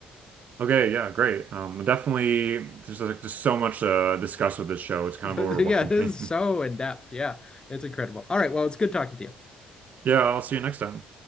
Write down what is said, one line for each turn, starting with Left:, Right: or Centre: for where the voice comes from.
Right: Okay, yeah, great. Um, definitely, there's like just so much to discuss with this show.
Left: <laughs>
Right: It's kind of overwhelming.
Left: yeah, it is so
Right: <laughs>
Left: in depth. Yeah, it's incredible. All right, well, it's good talking to you.
Right: Yeah, I'll see you next time.